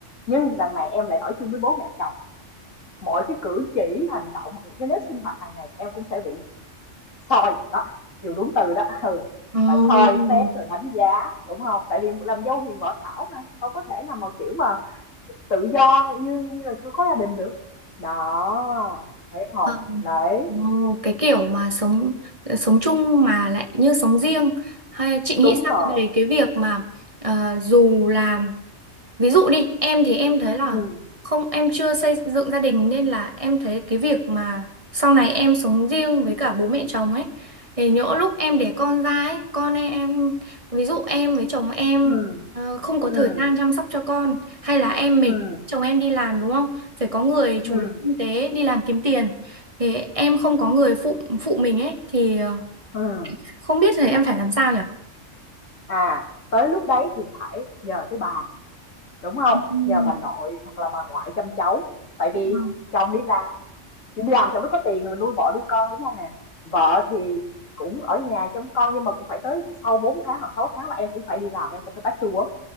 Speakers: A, on the left (about 80°); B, on the right (about 25°).
A: Nhưng đằng này em lại ở chung với bố mẹ chồng mọi cái cử chỉ hành động hoặc những cái nếp sinh hoạt hàng ngày em cũng sẽ bị Soi, đó, dùng đúng từ đó, ừ,
B: Ồ,
A: là soi
B: Vâng.
A: xét rồi đánh giá, đúng không Tại vì làm dâu hiền võ thảo mà, đâu có thể nào mà, kiểu mà, tự do như như là chưa có gia đình được. Đó, thấy hông?
B: Vâng.
A: Đấy,
B: Ồ, cái kiểu mà sống sống chung mà lại như sống riêng hay chị nghĩ
A: đúng
B: sao
A: rồi.
B: về cái việc mà ờ, dù là Ví dụ đi, em thì em thấy là
A: Ừm,
B: không em chưa xây dựng gia đình nên là em thấy cái việc mà sau này em sống riêng với cả bố mẹ chồng ấy thì nhỡ lúc em đẻ con ra ấy, con em ví dụ em với chồng em
A: ừm,
B: ờ, không có
A: ừm,
B: thời gian chăm sóc cho con hay là em mệt
A: ừm,
B: chồng em đi làm đúng không? Phải có người chủ
A: ừm,
B: lực kinh tế đi làm kiếm tiền thì em không có người phụ phụ mình ấy thì ờ,
A: ừm.
B: không biết thì em phải làm sao nhỉ?
A: À, tới lúc đấy thì phải nhờ tới bà, đúng không
B: Ừ,
A: Nhờ bà nội hoặc là bà ngoại chăm cháu, tại vì
B: đúng rồi.
A: chồng đi làm thì đi làm thì mới có tiền rồi nuôi bỏ đứa con đúng không nè vợ thì cũng ở nhà chăm con nhưng mà cũng phải tới sau 4 tháng hoặc 6 tháng là em cũng phải đi làm em cũng phải bachelor